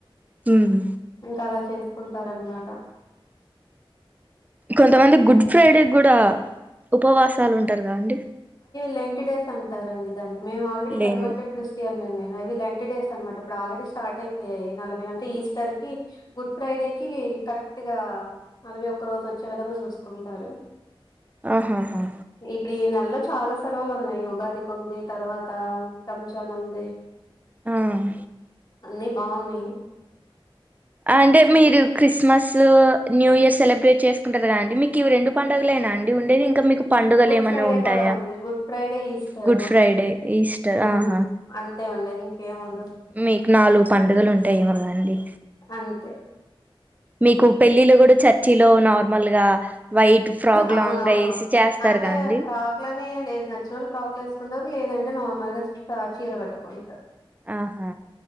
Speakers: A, on the right; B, on the left.
A: ఉమ్
B: ఇంకా అలా చేస్ తీసుకుంటారనమాట.
A: కొంతమంది గుడ్ ఫ్రైడే కూడా ఉపవాసాలు ఉంటారు కదండి.
B: లేంటి డేస్ అంటారండి దాన్ని. మేము ఆల్రెడీ
A: లేన్
B: కన్వర్టెడ్ క్రిస్టియన్. ఆహ్ నేను అవి లెంట్ డేస్ అనమాట ఇప్పుడు ఆల్రెడీ స్టార్ట్ అయిపోయాయి. నలభై అంటే ఈస్టర్ కి గుడ్ ఫ్రైడేకిి కరెక్ట్ గా నలభై ఒక్క రోజు వచ్చే విధంగా చూసుకుంటారు.
A: ఆహాహా
B: ఇప్పుడు ఈ నేలో. చాలా సెలవులు ఉన్నాయి. ఈ ఉగాదికి ఉంది తర్వాత రంజాన్ ఉంది.
A: ఉమ్
B: అన్ని బాగున్నాయి.
A: అంటే మీరు క్రిస్మస్లు, న్యూ ఇయర్ సెలబ్రేట్ చేసుకుంటారు కదండి. మీకు ఇవి రెండు పండుగలేనా అండి ఉండేది ఇంకా మీకు. పండుగలు
B: గుడ్
A: ఏమన్నా
B: ఫ్రైడే
A: ఉంటాయా
B: కూడా ఉంది good Friday Easter
A: good Friday Easter
B: ఉమ్
A: ఆహా
B: ఆ అంతే ఉండేది ఇంకేం ఉండ
A: మీకు నాలుగు పండుగలు ఉంటాయి ఏమో కదండీ.
B: అంతే
A: మీకు పెళ్ళిళ్ళు కూడా చర్చిలో నార్మల్ గా. వైట్ ఫ్రాక్
B: అవునవును
A: లాంగ్ గా వేసి చేస్తారు
B: అంటే
A: గా అండి
B: ప్రాక్లు అని ఏం లేదు. నచ్చిన వాళ్ళు ఫ్రాక్లు వేసుకుంటారు లేదండి నార్మ మదర్స్ ఆహ్ చీర కట్టుకుంటారు.
A: ఆహా